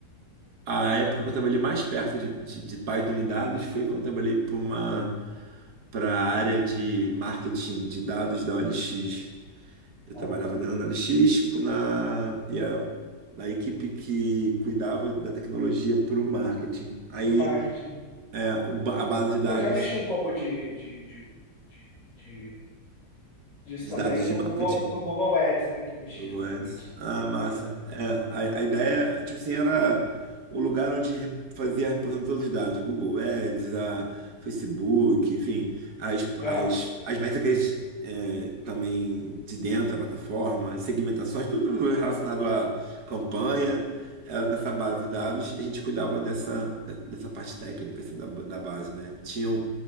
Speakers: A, on the right; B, on the left.
A: a época que eu trabalhei mais perto de, de, de Python e dados foi quando eu trabalhei para uma para a área de marketing de dados da OLX. Eu
B: Ah,
A: trabalhava dentro da OLX com- na, e a, na equipe que cuidava da tecnologia para o marketing. Aí
B: no marketing.
A: é, o ba- a base de dados
B: Eu já mexi um pouco de, de, de, de, de- disso
A: de
B: também
A: dados de
B: no
A: marketing
B: Google, no Google Ads, né? Que eu mexia
A: Google
B: muito.
A: Ads. Ah, massa.
B: Ah,
A: É, a, a ideia, tipo assim, era o lugar onde re- fazia a reposição de todos os dados. Google Ads, a Facebook, enfim, as,
B: Aham.
A: as, as métricas é, também de dentro da plataforma, segmentações, tudo relacionado à campanha, era nessa base de dados. E a gente cuidava dessa, dessa parte técnica, assim, da, da base, né? Tinham